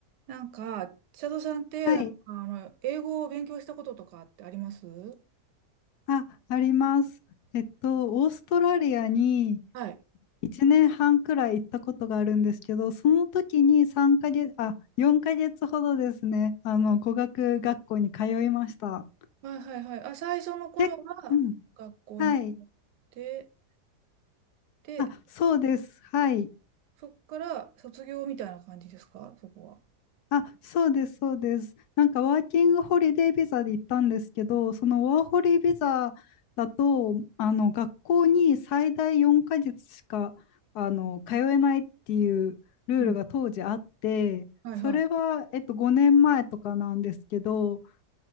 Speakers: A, on the right (about 80°); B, on the left (about 70°).
A: なんか、千里さんって、
B: はい。
A: なんか、あの、英語を勉強したこととかってありますは
B: あ、あります。えっと、オーストラリアに
A: い。
B: 1年半くらい行ったことがあるんですけど、その時に3ヶ月、あ、4ヶ月ほどですね、あの、語学学校に通いました。
A: はいはいはい。あ、最初の頃は学校に通って、
B: け、うん。はい。
A: で、
B: あ、そうです。はい。
A: そっから卒業みたいな感じですかそこは。
B: あ、そうです、そうです。なんかワーキングホリデービザで行ったんですけど、そのワーホリビザだと、あの学校に最大4ヶ月しかあの通えないっていうルールが当時あって、
A: うん。はいはい。
B: それは、えっと、5年前とかなんですけど、